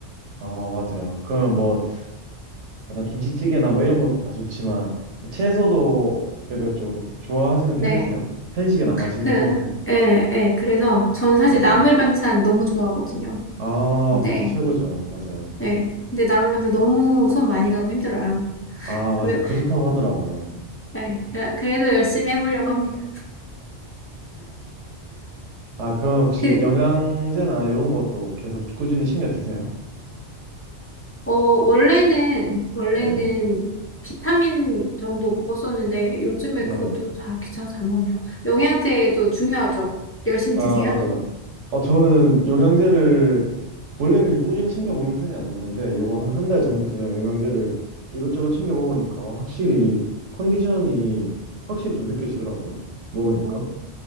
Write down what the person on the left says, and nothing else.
네.
그,
예, 예. 그래서 저는 사실
나물 반찬 너무 좋아하거든요.
근데,
예. 근데 나물 반찬 너무 손 많이 가고 힘들어요.
그래,
예. 그래- 그래도 열심히 해보려고 합니다.
그,
어, 원래는, 원래는
비타민 정도 먹었었는데 요즘에
그것도 다 귀찮아서 안 먹네요. 영양제도 중요하죠. 열심히
드세요.
어,